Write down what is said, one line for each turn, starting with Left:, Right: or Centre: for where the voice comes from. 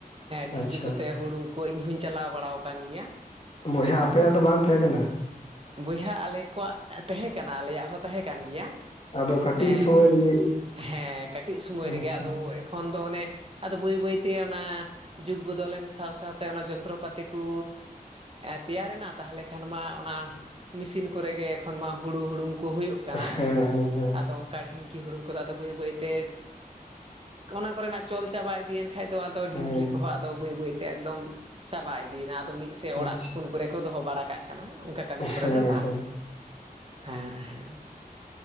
Right: ᱰᱷᱤᱝᱠᱤ
Left: ᱟᱪᱪᱷᱟ
Right: ᱠᱚᱛᱮ ᱦᱩᱲᱩᱝ ᱠᱚ ᱤᱧ ᱦᱚᱸᱧ ᱪᱟᱞᱟᱣ ᱵᱟᱲᱟ ᱠᱟᱱ ᱜᱮᱭᱟ᱾
Left: ᱵᱚᱭᱦᱟ ᱟᱯᱮᱭᱟᱜ ᱫᱚ ᱵᱟᱝ ᱛᱟᱦᱮᱸ ᱠᱟᱱᱟ?
Right: ᱵᱚᱭᱦᱟ ᱟᱞᱮ ᱠᱚᱣᱟᱜ ᱛᱟᱦᱮᱸ ᱠᱟᱱᱟ ᱟᱞᱮᱭᱟᱜ ᱦᱚᱸ ᱛᱟᱦᱮᱸ ᱠᱟᱱ ᱜᱮᱭᱟ᱾
Left: ᱟᱫᱚ ᱠᱟᱹᱴᱤᱡ
Right: ᱮ
Left: ᱥᱚᱢᱚᱭ ᱨᱮᱜᱮ
Right: ᱦᱮᱸ ᱠᱟᱹᱴᱤᱡ ᱥᱚᱢᱚᱭ ᱨᱮᱜᱮ
Left: ᱟᱪᱪᱷᱟ
Right: ᱟᱫᱚ ᱮᱠᱷᱚᱱ ᱫᱚ ᱚᱱᱮ ᱟᱫᱚ ᱵᱟᱹᱭ ᱵᱟᱹᱭᱛᱮ ᱚᱱᱟ ᱡᱩᱜᱽ ᱵᱚᱫᱚᱞᱮᱱ ᱥᱟᱶ ᱥᱟᱶᱛᱮ ᱚᱱᱟ ᱡᱚᱱᱛᱨᱚᱯᱟᱹᱛᱤ ᱠᱚ ᱛᱮᱭᱟᱨᱮᱱᱟ ᱛᱟᱦᱚᱞᱮ ᱠᱷᱟᱱ ᱢᱟ ᱚᱱᱟ ᱢᱮᱥᱤᱱ ᱠᱚᱨᱮ ᱜᱮ ᱮᱠᱷᱚᱱ ᱢᱟ ᱦᱩᱲᱩ ᱦᱩᱲᱩᱝ ᱠᱚ ᱦᱩᱭᱩᱜ ᱠᱟᱱᱟ
Left: ᱦᱮᱸ ᱦᱮᱸ ᱦᱮᱸ
Right: ᱟᱫᱚ ᱚᱠᱟ ᱰᱷᱤᱝᱠᱤ ᱦᱩᱲᱩᱝ ᱠᱚᱫᱚ ᱟᱫᱚ ᱵᱟᱹᱭ ᱵᱟᱹᱭᱛᱮ ᱚᱱᱟ ᱠᱚᱨᱮᱱᱟᱜ ᱪᱚᱞ ᱪᱟᱵᱟ ᱤᱫᱤᱭᱮᱱ ᱠᱷᱟᱡ ᱫᱚ᱾
Left: ᱦᱮᱸ
Right: ᱰᱷᱤᱝᱠᱤ ᱠᱚᱦᱚᱸ ᱟᱫᱚ ᱵᱟᱹᱭ ᱵᱟᱹᱭᱛᱮ ᱮᱠᱚᱫᱚᱢ ᱪᱟᱵᱟ ᱤᱫᱤᱭᱮᱱᱟ ᱟᱫᱚ ᱥᱮ
Left: ᱟᱪᱪᱷᱟ
Right: ᱚᱲᱟᱜ ᱠᱩᱱ ᱠᱚᱨᱮ ᱠᱚ ᱫᱚᱦᱚ ᱵᱟᱲᱟ ᱠᱟᱜ ᱠᱟᱱᱟ ᱚᱱᱠᱟ ᱠᱟᱹᱢᱤ ᱠᱚᱨᱮ
Left: ᱦᱮᱸ
Right: ᱫᱚ ᱵᱟᱝ᱾
Left: ᱦᱮᱸ
Right: ᱦᱮᱸ ᱦᱮᱸ᱾